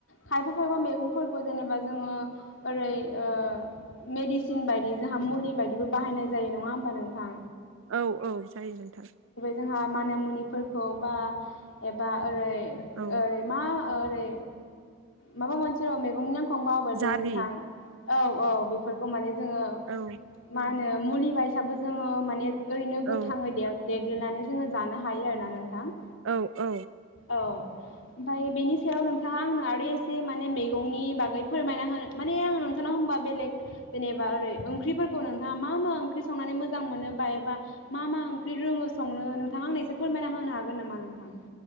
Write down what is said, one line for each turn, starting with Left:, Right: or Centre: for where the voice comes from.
Left: खायफा खायबा मैगंफोरखौ जेनेबा जोङो ओरै ओ मेडिसिन बायदि जोंहा मुलि बायदिबो बाहायनाय जायो नङा होमबा नोंथा।
Right: औ औ जायो नोंथां।
Left: जोंहा माना मुनिफोरखौ बा एबा ओरै
Right: औ
Left: ओरैमा ओरै माबा मोनसे र' मेगंनि ना <unintelligible> नोंथां
Right: जारि
Left: औ औ बेफोरखौ माने जोङो
Right: औ
Left: मा होनो मुलि बायसाबो जोङो माने ओरैनो
Right: औ
Left: गोथाङै देर देग्लिनानै जोङो जानो हायो आरोना नोंथां
Right: औ औ
Left: औ ओमफाय बेनि सायाव नोंथाङा आंनो आरो एसे माने मेगंनि बागै फोरमायना होनो माने आङो नोंथानाव होनबा बेलेग जेनेबा ओरै ओंख्रिफोरखौ नोंथाङा मा-मा ओंख्रि संनानै मोजां मोनो बा एबा मा-मा ओंख्रि रोङो संनो नोंथाङा आंनो एसे फोरमायना होनो हागोन नामा नोंथां